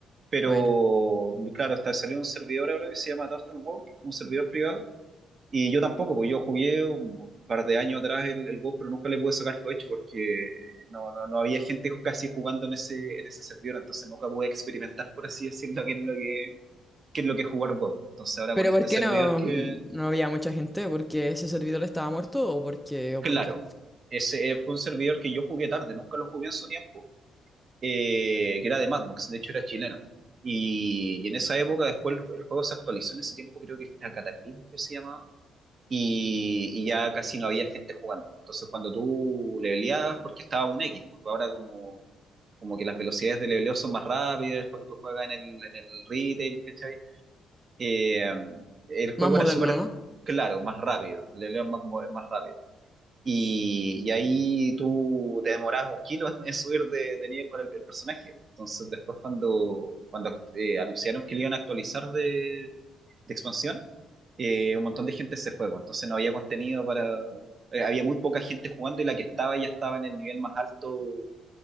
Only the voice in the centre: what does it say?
Buena.
¿Pero
por qué
no,
no había mucha gente? ¿Porque ese servidor estaba muerto o por qué? ¿O
por qué?
Más moderno,
¿no?